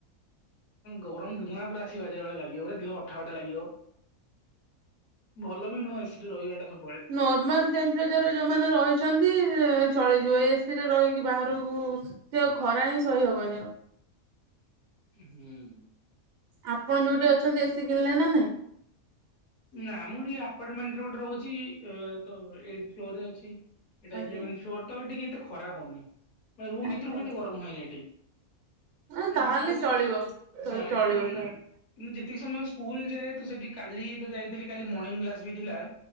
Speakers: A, on the left (about 80°); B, on the right (about 85°).
A: ଗରମ ଧୁଆଁ ପୁରା <unintelligible> ବାଜିଲା ଭଳିଆ ଲାଗିବ ପ ଦେହ ଅଠାଟା ଲାଗିବ। ଭଲ ବି ନୁହଁ ସେଠି ରହିବାଟା ସବୁବେଳେ।
B: ନର୍ମାଲ ଟେମ୍ପରେଚରରେ ଯୋଉମାନେ ରହିଛନ୍ତି ଚଳିଯିବ ଏସିରେ ରହିକି ବାହାରକୁ ସେ ଆଉ ଖରା ହିଁ ସହି ହବନି ଆଉ
A: ହୁଁ।
B: ଆପଣ ଯୋଉଠି ଅଛନ୍ତି ଏସିି କିଣିଲେ ନା ନାଇଁ?
A: ନା ମୁଁ ଟ ଆପାର୍ଟମେଣ୍ଟରେ ଗୋଟେ ରହୁଛି ତ ଏଇଟି ଫ୍ଲୋରରେ ଅଛି। ଏଇଟା ଇଲେଭେନ୍
B: ଆଜ୍ଞା।
A: ଫ୍ଲୋର ତ ଏଠିକି ଏତେ ଖରା ହଉନି ମାନ ରୁମ
B: ଆଚ୍ଛା
A: ଭିତରୁକୁ କେତେ
B: ଆଚ୍ଛା
A: ଗରମ ହୁଏନି ଏଠି।
B: ହଁ ତାହେଲେ
A: ବାହାରକୁ
B: ଚଳିବ
A: ହଁ
B: ଚଳିବ
A: ଏଠି ରୁମ୍ କିନ୍ତୁ
B: ତାହେଲେ
A: ଯେତିକି ସମୟ ସ୍କୁଲ ଯାଏ ତ ସେଠି କାଲି ତ ଯାଇଥିଲି କାଲି ମର୍ଣିଂ କ୍ଲାସ ବି ଥିଲା।